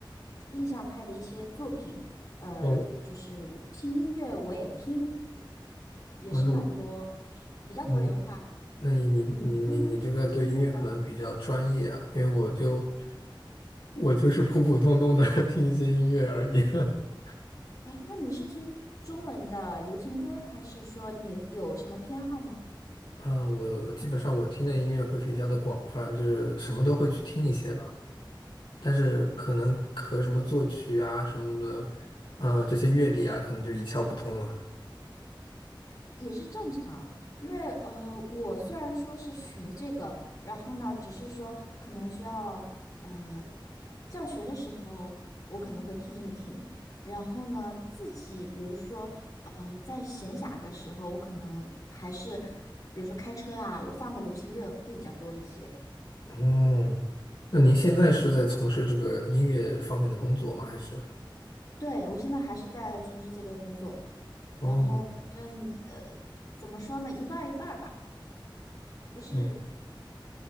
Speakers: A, on the left (about 45°); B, on the left (about 70°).
A: 印象派的一些作品，呃，
B: 哦，
A: 就是新音乐我也听，也是蛮多，
B: 哦，那我，
A: 就是比较多元化。
B: 嗯，那你你你你你这个对音乐可能比较专业啊，
A: 你听音乐的，
B: 因为我就我就是普普通通的 <laughs> 听一些音乐而已。<laughs>
A: 哎，那你是听中文的流行歌，还是说你有什么偏好吗？
B: 啊，我基本上我听的音乐会比较的广泛，就是什么都会去听一些吧。但是可能和什么作曲啊什么的，啊、这些乐理啊，可能就一窍不通了。
A: 也是正常，因为呃，我虽然说是学这个，然后呢，只是说可能需要呃，教学的时候我可能会听一听，然后呢，自己比如说呃，在闲暇的时候，我可能还是比如说开车啊，我放的流行乐会比较多一些。
B: 嗯，那您现在是在从事这个音乐方面的工作吗？还是？
A: 对，我现在还是在从事这个工作，
B: 哦，
A: 然后反正呃，怎么说呢，一半儿一半儿吧，不是。
B: 嗯，